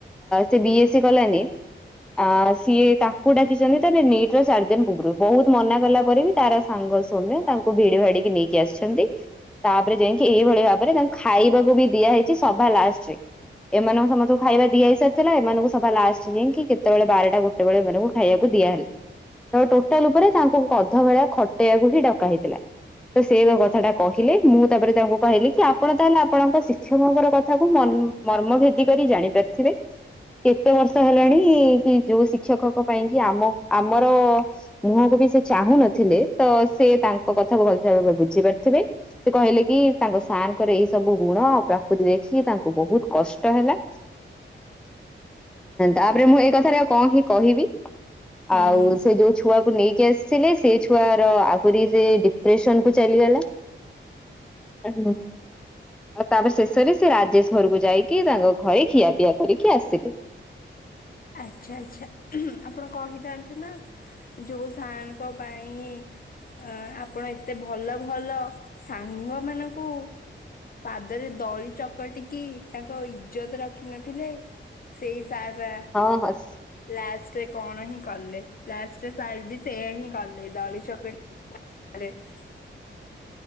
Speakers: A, in the centre; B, on the left.
A: ସେ ବି ଏସ୍ ସି କଲାନି ଆ ସିଏ ତା କୁ ଡାକିଛନ୍ତି ତ ନିଟ୍ ର ଚାରି ଦିନ ପୂର୍ବରୁ ବହୁତ ମନା କଲା ପରେ ବି ତାର ସାଙ୍ଗ ସୋମ୍ୟ ତାଙ୍କୁ ଭିଡି ଭାଡିକି ନେଇକି ଆସିଛନ୍ତି। ତାପରେ ଯାଇକି ଏଇଭଳି ଭାବରେ ତା ଖାଇବାକୁ ବି ଦିଆ ହେଇଛି ସଭା ଲାଷ୍ଟରେ। ଏମାନ ସମସ୍ତଙ୍କୁ ଖାଇବା ଦିଆ ହେଇସାରିଥିଲା। ଏମାନଙ୍କୁ ସଭା ଲାଷ୍ଟ। ଯାଇକି କେତେବେଳେ ବାରଟା ଗୋଟେ ସେତେବେଳେ ମାନଙ୍କୁ ଖାଇକୁଆ ହେଲା। ତ ଟୋଟାଲ ଉପରେ ତାଙ୍କୁ ଅଧ ଭେଳିଆ ଖଟେଇବାକୁ ହିଁ ଡକା ହେଇଥିଲା। ତ ସେ କଥାଟା କହିଲେ। ମୁଁ ତାପରେ ତାଙ୍କୁ କହିଲି କି ଆପଣ ତାହେଲେ ଆପଣଙ୍କ ଶିକ୍ଷକଙ୍କର କଥାକୁ ମର୍ମ ଭେଦ କରି ଜାଣି ପାରିଥିବେ। କେତେ ବର୍ଷ ହେଲାଣି କି? ଯୋଉ ଶିକ୍ଷକଙ୍କ ପାଇଁ କି ଆମ ଆମର ମୁହଁକୁ ବି ସେ ଚାହୁଁ ନଥିଲେ। ତ ସେ ତାଙ୍କ କଥାକୁ ଭଲ ଭ ଭରେ ବୁଝି ପାରିଥିବେ। ସେ କହିଲେ କି। ତାଙ୍କ ସାର୍ ଙ୍କର ଏଇ ସବୁ ଗୁଣ ଆଉ ପ୍ରାକୃତି ଦେଖି ତାଙ୍କୁ ବହୁତ କଷ୍ଟ ହେଲା। ତାପରେ ମୁଁ ଏଇ କଥାରେ ଆଉ କଣ କି କହିବି?
B: ହୁଁ
A: ଆଉ ସେ ଯଉ ଛୁଆକୁ ନେଇକି ଆସି ସେନେଇ ସେ ଛୁଆର ଆହୁରି ସେ ଡିପ୍ରେସନ୍ କୁ ଚାଲିଗଲା। <unintelligible> ଆଉ ତାପରେ ଶେଷରେ ସେ ରାଜେଶ୍ ଘରକୁ ଯାଇକି ତାଙ୍କ ଘରେ ଖିଆପିଆ କରିକି ଆସିଲୁ।
B: ଆଚ୍ଛା- ଆଚ୍ଛା ହୁଁ- ଆପଣ କହିଥାନ୍ତେ ନା। ଯଉ ସାଙ୍ଗ ପାଇଁ ଅ- ଆପଣ ଏତେ ଭଲ ଭଲ ସାଙ୍ଗ ମାନଙ୍କୁ ପାଦରେ ଦଳି ଚକଟିକି ତାଙ୍କ ଇଜ୍ଜତ୍ ରଖିନଥିଲେ ସେଇ ସାରା
A: ହଁ- ହଁ-ସ୍।
B: ଲାଷ୍ଟ୍ ରେ କଣ ହିଁ କଲେ ଲାଷ୍ଟ୍ ରେ ସାର୍ ବି ସେମ୍ ହିଁ କଲେ ଦଳିଚକଟି <unintelligible>